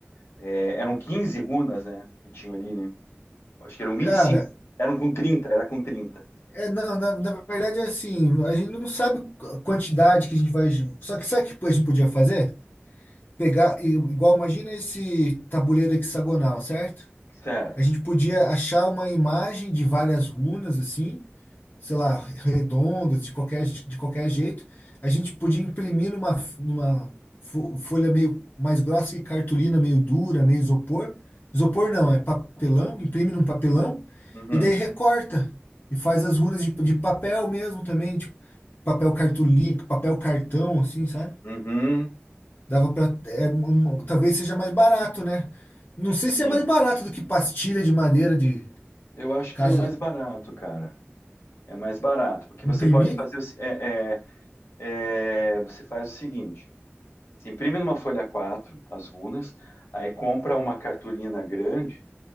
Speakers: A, on the left; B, on the left.
A: é, eram 15 runas, né? Que tinham ali, né? Acho que eram vinte
B: Cara,
A: e cinco Eram com trinta era com trinta
B: é, não, na, na verdade é assim, a gente não sabe a quantidade que a gente vai. Só que sabe o que a gente podia fazer? Pegar, i- igual, imagina esse tabuleiro hexagonal, certo?
A: Certo.
B: A gente podia achar uma imagem de várias runas assim, sei lá, redondas, de qualquer, de qualquer jeito. A gente podia imprimir numa, numa fo- folha meio mais grossa e cartolina meio dura, meio isopor. Isopor não, é papelão, imprime num papelão
A: Uhum.
B: e daí recorta e faz as runas de, de papel mesmo também, tipo papel cartolina, papel cartão assim, sabe?
A: Uhum.
B: Dava para talvez seja mais barato, né? Não sei
A: Sim.
B: se é mais barato do que pastilha de madeira de
A: Eu acho
B: Caso
A: que é mais barato, cara. É mais barato, porque
B: imprimir,
A: você pode fazer. o se- É, é, é, você faz o seguinte: Você imprime numa folha quatro as runas, aí compra uma cartolina grande